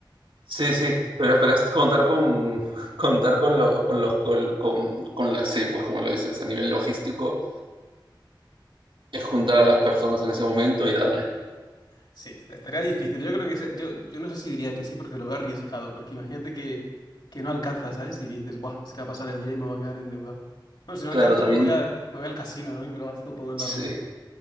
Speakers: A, on the right (about 80°); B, on the left (about 60°).
A: sí, sí, pero, pero es contar con <laughs> contar con, lo, con los con, con, con la, sí, pues como lo dices, a nivel logístico, es juntar
B: <laughs>
A: a las personas en ese momento y darles
B: Sí, est- estaría difícil. Yo creo que se- yo, yo no sé si diría que sí, porque lo veo arriesgado, porque imagínate que, que no alcanzas, ¿sabes? Y que dices, Buah, es que va a pasar el día y me voy a quedar endeudado. Bueno, si no
A: Claro,
B: alcanzo,
A: también,
B: me voy a, me voy al casino, ¿no? Y me lo gasto todo en
A: sí,
B: la ruleta.